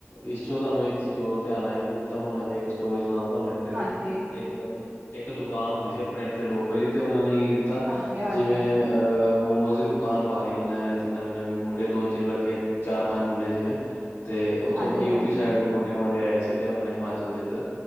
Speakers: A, on the left; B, on the right.
A: ਇਸ ਚੋ ਤੁਹਾਨੂੰ ਇੱਕ ਚੀਜ਼ ਹੋਰ ਧਿਆਨ ਆਏ, ਮੈਨੂੰ ਜਿੱਦਾਂ ਹੁਣ ਇੱਕ ਸਟੋਰੇਜ ਸੁਣਾ ਤੁਹਾਨੂੰ ਇੱਥੇ ਦੀ,
B: ਹਾਂਜੀ,
A: ਇੱਕ ਬੰਦਾ ਇੱਕ ਦੁਕਾਨ ਹੁੰਦੀ ਸੀ, ਆਪਣੇ ਇੱਥੇ ਲੋਕਲ ਹੀ ਤੇ ਉਹਨਾਂ ਨੇ ਕੀ ਕੀਤਾ।
B: ਹਾਂਜੀ-ਹਾਂਜੀ,
A: ਜਿਵੇਂ ਅ ਮੋਮੋਜ਼ ਦੀ ਦੁ ਦੁਕਾਨ ਪਾ ਲਈ ਬੰਦਿਆਂ ਨੇ ਇੱਥੇ ਨਵੇਂ ਨਵੇਂ ਮੁੰਡੇ ਦੋ ਤਿੰਨ ਰੱਖੇ ਚਾਰ ਪੰਜ ਮੁੰਡੇ ਜਿਵੇਂ ਤੇ ਉੱਥੋਂ
B: ਹਾਂਜੀ-ਹਾਂਜੀ,
A: ਯੂਪੀ ਸਾਈਡ ਤੋਂ ਮੁੰਡੇ ਮਾਡੇ ਆਏ ਸੀ, ਤੇ ਆਪਣੇ ਹਿਮਾਚਲ ਚ ਇਧਰ